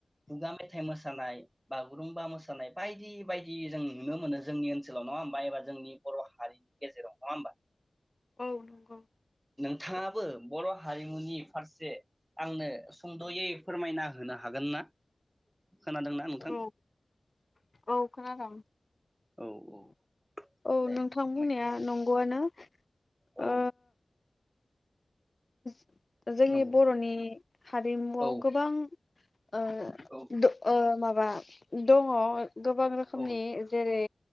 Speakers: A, on the right; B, on the left.
A: खुगा मेथाइ मोसानाय, बागुरुमबा मोसानाय बायदि बायदि जों नुनो मोनो जोंनि ओनसोलाव नङा होमबा एबा जोंनि बर' हारिनि गेजेराव नङा होमबा?
B: औ नंगौ
A: थाङाबो बर' हारिमुनि फारसे आंनो सुंद'यै फोरमायना होनो हागोन ना? खोनादोंना नोंथां?
B: औ औ खोनादों।
A: औ औ
B: औ
A: दे
B: नोंथां
A: फोरमाय
B: बुंनाया नंगौआनो।
A: औ
B: ओ <inaudible> जोंनि
A: नंगौ
B: बर'नि हारिमुआव
A: औ
B: गोबां, ओ
A: औ
B: दो ओ माब बा दङ गोबां रोखोमनि
A: औ
B: जेरै